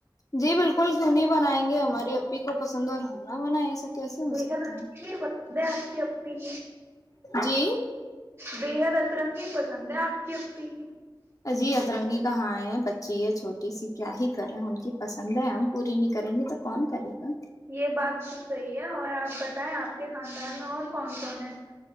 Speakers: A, on the left; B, on the right.
A: جی بالکل کیوں نہیں بنائیں گے ہماری ای کو پسند ہے اور ہم نہ بنایا ایسا کیسے ہو
B: بےحد
A: سکتا
B: اچھی
A: ہے
B: پسند ہے آپ کی اپی کی
A: جی
B: بےحد ا ترقی پسند ہے آپ کی اپی کی
A: جی اترنگی کہاں ہے بچی ہے چھوٹی سی کیا ہی کرے ان کی پسند ہے ہم پوری ن کریں گے تو کون کرے گا
B: یہ بات تو صحیح ہے اور آپ بتائیں آپ کے خاندان میں اور کون کون ہیں